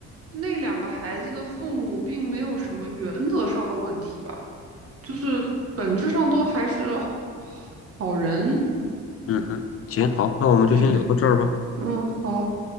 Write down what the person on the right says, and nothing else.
那两个孩子的父母并没有什么原则上的问题吧，就是本质上都还是好好人。
对。嗯，好。